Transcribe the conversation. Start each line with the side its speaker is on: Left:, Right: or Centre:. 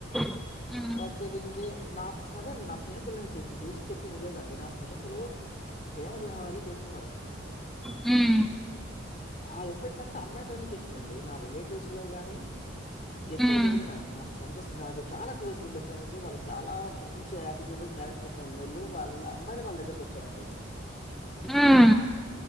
Centre: ఉ
Left: ప్రత్యేకించి నా అదే నా స్నేహితులు చూసి చెప్పింది ఇదేగాండి నా స్నేహితులు ప్రేమ వివాహాలే చేసుకున్నారు
Centre: ఉ
Left: ఆ ఎఫెక్ట్ అంతా అమ్మాయి సైడ్ నుంచి వచ్చిందండి నా రిలేటివ్స్ లో గాని ఎక్కడ
Centre: మ్మ్
Left: జరిగినా నా సంతోషం నాకు చాలా క్లోజ్గా ఉండే ఫ్రెండ్స్ వాళ్ళకి చాలా మంచి ఆటిట్యూడ్ క్యారెక్టర్ వాళ్లతో ఉన్నోళ్ళు వాళ్ళ అమ్మాయి వాళ్ళ దగ్గరకి వచ్చారండి
Centre: ఆ